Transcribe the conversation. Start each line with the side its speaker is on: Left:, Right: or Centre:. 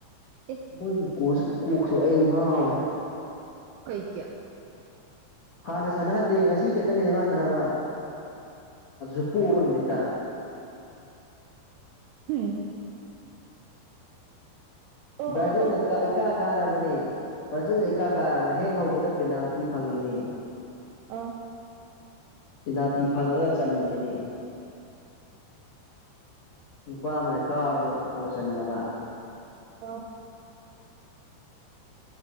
Right: ꯑꯦ
Left: ꯃꯣꯏꯒꯤ ꯀꯣꯁꯀꯤ ꯀꯣꯛꯁꯦ ꯑꯩ ꯉꯥꯎꯋꯦ
Right: ꯀꯩ ꯀ
Left: ꯍꯥꯟꯅ ꯁꯥꯟꯅꯍꯟꯗꯦ ꯉꯁꯤ ꯈꯛꯇꯅꯦ ꯃꯥ ꯁꯥꯟꯅꯕ ꯨꯄꯨꯕ ꯅꯨꯃꯤꯠꯇ
Right: ꯎꯝ ꯑꯣ
Left: ꯕ꯭ꯔꯥꯖꯤꯜꯅ
Right: ꯑꯣ
Left: ꯏꯀꯥ ꯀꯥꯔꯕꯅꯦ ꯕ꯭ꯔꯥꯖꯤꯜꯅ ꯏꯀꯥ ꯀꯥꯔꯕꯅꯤ ꯍꯦꯛ ꯊꯧꯕꯗ ꯄꯦꯅꯥꯜꯇꯤ ꯐꯪꯉꯤꯅꯦ
Right: ꯑꯥ
Left: ꯄꯦꯅꯥꯜꯇꯤ ꯐꯪꯉꯒ ꯆꯟꯗ꯭ꯔꯤꯅꯦ ꯅꯨꯄꯥ ꯑꯃꯅ ꯀꯥꯎꯔꯒ ꯀꯣꯁꯤꯟꯗꯕ
Right: ꯑ